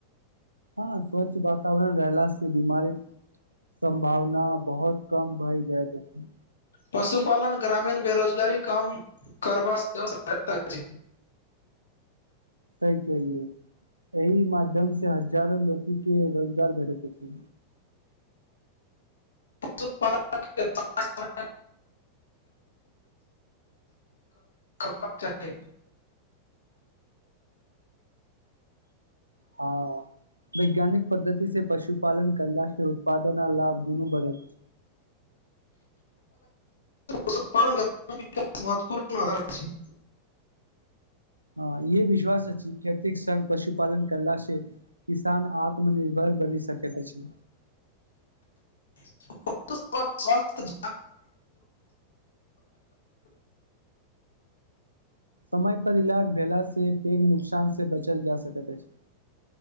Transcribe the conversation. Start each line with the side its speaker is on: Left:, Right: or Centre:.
Right: हँ स्वच्छ वातावरण रहला से बीमारी सम्भावना बहुत कम भएल जाइत अछि
Left: पशुपालन ग्रामीण बेरोजगारी कम करबाक सेहो सहायता अछि
Right: सही कहलियै एहि माध्यम से हजारो लोकनि के रोजगार भेटैत अछि
Left: <unintelligible> करबाक चाही
Right: हँ वैज्ञानिक पद्धति से पशुपालन करला से उत्पादन आ लाभ दुनू बढैत अछि
Left: पशुपालन के महत्वपूर्ण आधार <unintelligible>
Right: हँ ईहे विश्वास अछि खेती संघ पशुपालन करला से किसान आत्मनिर्भर बनी सकैत अछि
Left: <unintelligible>
Right: समय पर इलाज भेला से पैघ नुकसान से बचल जा सकैत अछि